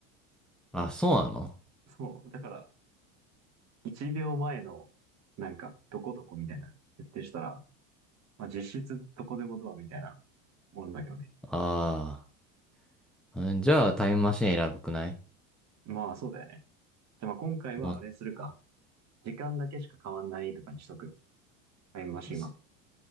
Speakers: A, in the centre; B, on the right (about 45°).
A: あ、そうなの
B: そう。だから、1秒前の、なんか、どこどこみたいな、設定したら、まあ、実質どこでもドアみたいなもんだけどね。
A: ああー、うんじゃあタイムマシン選ぶくない
B: まあそうだよね。じゃあまあ今回はあれするか。
A: ま
B: 時間だけしか変わんないとかにしとく。タイムマシンは。
A: あ、そ